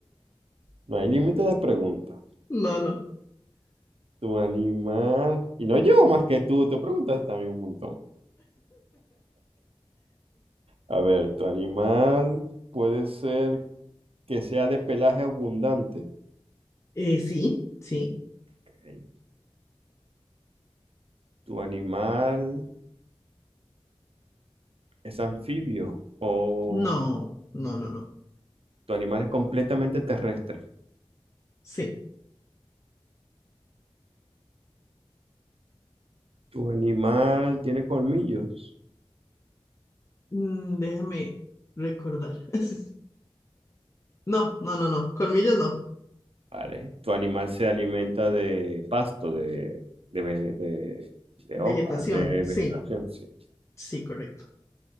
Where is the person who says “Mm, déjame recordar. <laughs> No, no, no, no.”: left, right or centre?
Left